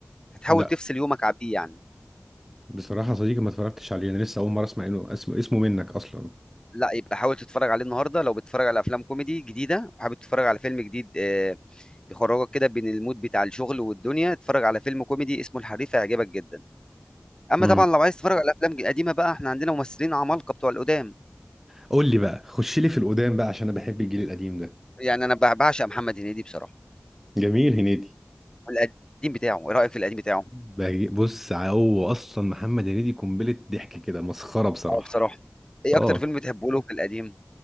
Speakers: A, on the left; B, in the centre.
A: هتحاول
B: لا
A: تفصل يومك عن بيه يعني
B: بصراحه صديقي ما اتفرجتش عليه انا لسه اول مره اسمع انه اسمه اسمه منك اصلا
A: لا يبقى حاول تتفرج عليه النهارده لو بتتفرج على افلام كوميدي جديده وحابب تتفرج على فيلم جديد آه، يخرجك كده بين المود بتاع الشغل والدنيا اتفرج على فيلم كوميدي اسمه الحريف هيعجبك جدا اما
B: امم
A: طبعا لو عايز تتفرج على افلام قديمه بقى احنا عندنا ممثلين عمالقه بتوع القدام
B: قول لي بقى خش لي في القدام بقى عشان انا بحب الجيل القديم ده
A: يعني انا بع- بعشق محمد هنيدي بصراحه
B: جميل هنيدي
A: القديم بتاعه ايه رايك في القديم بتاعه
B: بهج- بص هو اصلا محمد هنيدي قنبله ضحك كده مسخره بصراحه
A: آه بصراحة إيه
B: اه
A: أكتر فيلم بتحبه له في القديم؟